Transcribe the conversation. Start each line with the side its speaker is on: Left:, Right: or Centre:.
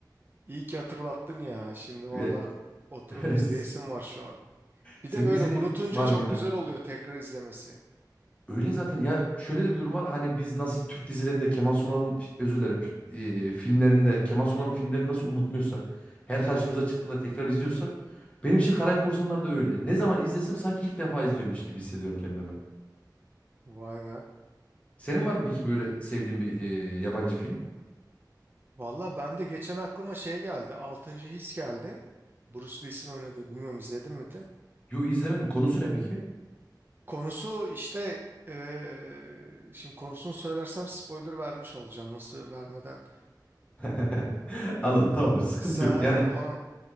Right: İyi ki hatırlattın ya. Şimdi valla
Left: ya
Right: oturup
Left: <laughs>
Right: izleyesim var şu an. Bir
Left: Senin
Right: de böyle
Left: de izlediğin
Right: unutunca
Left: var
Right: çok
Left: mıydı?
Right: güzel oluyor tekrar izlemesi.
Left: Öyle zaten ya şöyle de bir durum var. Hani biz nasıl Türk dizilerinde Kemal Sunal'ın özür dilerim e, filmlerinde Kemal Sunal'ın filmlerini nasıl unutmuyorsak her karşımıza çıktığında tekrar izliyorsak benim için Karayip Korsanları da öyle. Ne zaman izlesem sanki ilk defa izliyormuş gibi hissediyorum kendimi.
Right: Vay be.
Left: Senin var mı peki böyle sevdiğin bir e, yabancı film?
Right: Valla ben de geçen aklıma şey geldi. Altıncı His geldi. Bruce Willis'in oynadığı. Bilmiyorum izledin mi de?
Left: Yo izlemedim. Konusu ne peki?
Right: Konusu işte eee, şimdi konusunu söylersem spoiler vermiş olacağım nasıl vermeden.
Left: <laughs> Anladım tamamdır sıkıntı
Right: Sen
Left: yok.
Right: aynen
Left: Yani
Right: onu